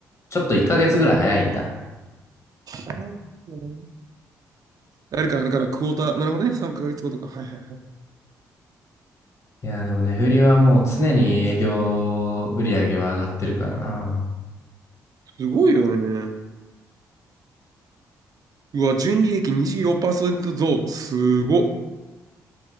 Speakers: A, on the left (about 40°); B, on the right (about 50°).
A: ちょっと1ヶ月ぐらい早いんだ。
B: あ、なるほどねあれか、だからクォーター、なるほどね、3ヶ月後とか。はいはいはい。
A: いやでもね、フリはもう常に営業売上は上がってるからな。
B: すごいよね。うわ、純利益24%増。すごっ。